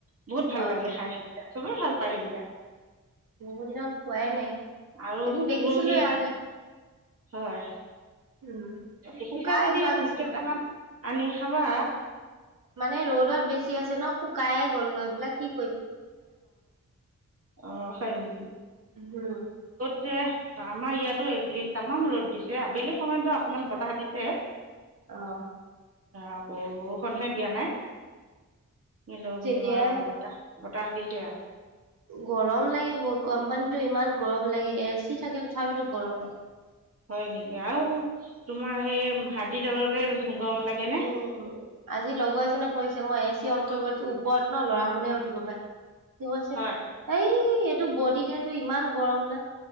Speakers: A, on the right; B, on the right.
A: বহুত ভাল
B: অ',
A: লাগে খাই সেইকেইটা। চবে ভাল পায় সেইকেইটা।
B: বহুত দিন হল পোৱাই নাই।
A: আৰু
B: এদিন দেখিছিলোঁ
A: উৰহী,
B: ইয়াতে।
A: হয়
B: উম
A: দেখিছা
B: শুকাই
A: যদি
B: যোৱা
A: সো
B: নিচিনা
A: কেইটামান আনি খাবা।
B: মানে ৰ'দত বেছি হৈছে ন শুকাই গ'ল লৈ এইবিলাক কি
A: অ হয় নেকি?
B: হম
A: যে আমাৰ ইয়াতো এইকেইদিন তামাম ৰদ দিছে আবেলি সময়ত অকমান বতাহ দিছে
B: আহ
A: আকৌ বৰষুণহে দিয়া নাই কিন্তু
B: যেতিয়া
A: ব বতাহ বতাহ দিছে আৰু
B: গৰম লাগে বহুত কোম্পানীতো ইমান গৰম লাগে এ চি থাকে তথাপিতো গৰম লাগে
A: হয় নেকি আৰু তোমাৰ সেই হাড়ি ডালতে গৰম লাগে নে
B: উম আজি লগৰ এজনে কৰিছে মই এ চি অন কৰিব দিছোঁ ওপৰত ন লৰা মানুহে উঠিব পায়। ‌কি কৈছে
A: হয়
B: এই সেইটো বডিতেটো ইমান গৰম না